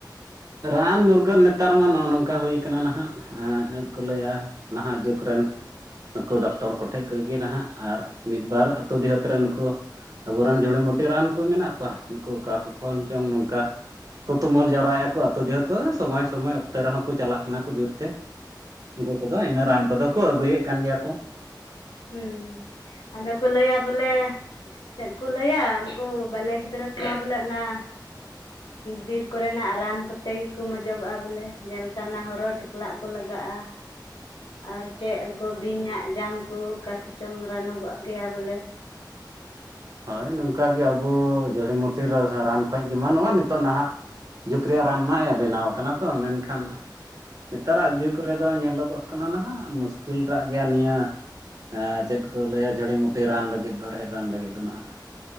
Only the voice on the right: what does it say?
ᱨᱟᱱ ᱢᱩᱨᱜᱟᱹᱱ ᱱᱮᱛᱟᱨ ᱢᱟ ᱱᱚᱜᱼᱚ ᱱᱚᱝᱠᱟ ᱦᱩᱭ ᱠᱟᱱᱟ ᱱᱟᱦᱟᱜ ᱟᱨ ᱱᱮᱫ ᱠᱚ ᱞᱟᱹᱭᱟ᱾ ᱱᱟᱦᱟᱜ ᱡᱩᱜᱽ ᱨᱮᱱ᱾ ᱱᱩᱠᱩ ᱰᱚᱠᱴᱚᱨ ᱠᱚᱴᱷᱮᱡ ᱠᱚᱡ ᱜᱮ ᱱᱟᱦᱟᱜ᱾ ᱟᱨ ᱢᱤᱫ ᱵᱟᱨ ᱟᱛᱳ ᱰᱤᱦᱟᱹᱛ ᱨᱮᱱ ᱱᱩᱠᱩ᱾ ᱟᱵᱚᱨᱮᱱ ᱡᱩᱲᱤᱵᱩᱴᱤ ᱨᱟᱱ ᱠᱚ ᱢᱮᱱᱟᱜ ᱠᱚᱣᱟ, ᱱᱩᱠᱩ ᱚᱠᱟ ᱠᱚ ᱠᱷᱚᱱ ᱪᱚᱝ ᱱᱚᱝᱠᱟ᱾ ᱠᱚ ᱛᱩᱢᱟᱹᱞ ᱡᱟᱣᱨᱟᱭᱮᱫᱼᱟ ᱠᱚ᱾ ᱟᱹᱛᱳ ᱫᱤᱦᱟᱹᱛ ᱛᱚᱜ ᱥᱚᱢᱚᱭ ᱥᱚᱢᱚᱭ ᱚᱠᱛᱮ ᱨᱮᱦᱚᱸ ᱠᱚ ᱪᱟᱞᱟᱜ ᱠᱟᱱᱟ ᱠᱚ ᱵᱤᱨᱛᱮ᱾ ᱩᱝᱠᱩ ᱠᱚᱫᱚ ᱤᱱᱟᱹ ᱨᱟᱱ ᱠᱚᱫᱚ ᱠᱚ ᱟᱹᱜᱩᱭᱮᱜ ᱠᱟᱱ ᱜᱮᱭᱟ ᱠᱚ᱾
ᱦᱳᱭ ᱱᱚᱝᱠᱟ ᱜᱮ ᱟᱵᱚ ᱡᱩᱲᱤᱢᱩᱴᱤ ᱨᱟ ᱨᱟᱱ ᱠᱷᱚᱡ ᱜᱮ ᱢᱟ, ᱱᱚᱣᱟ ᱱᱤᱛᱚᱜ ᱱᱟᱦᱟᱜ ᱡᱩᱠ ᱨᱮᱭᱟᱜ ᱨᱟᱱ ᱢᱟᱭ ᱵᱮᱱᱟᱣ ᱠᱟᱱᱟ ᱛᱚ᱾ ᱢᱮᱱᱠᱷᱟᱱ ᱱᱮᱛᱟᱨᱟᱜ ᱡᱩᱜᱽ ᱨᱮᱫᱚ ᱧᱮᱞᱚᱜᱚᱜ ᱠᱟᱱᱟ ᱱᱟᱦᱟᱜ ᱢᱩᱥᱠᱤᱞᱴᱟᱜ ᱜᱮᱭᱟ ᱱᱤᱭᱟᱹ᱾ ᱮ ᱪᱮᱫ ᱠᱚ ᱞᱟᱹᱭᱟ ᱡᱷᱟᱹᱲᱤᱢᱩᱴᱤ ᱨᱟᱱ ᱞᱟᱹᱜᱤᱫ ᱫᱚ ᱨᱮᱦᱮᱫ ᱨᱟᱱ ᱞᱟᱹᱜᱤᱫ ᱫᱚ ᱱᱟᱦᱟᱜ